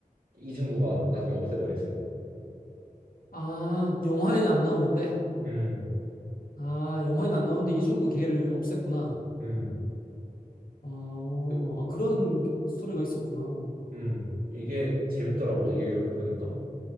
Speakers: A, on the right; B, on the left.
A: 이중구가 나중에 없애버리지.
B: 아, 영화에는 안 나오는데?
A: 음,
B: 아, 영화에는 안 나오는데 이중국 걔를 없앴구나.
A: 음.
B: 아,
A: 그리고
B: 아, 그런 스토리가 있었구나.
A: 음, 이게 재밌더라고. 이게 이렇게 보니까.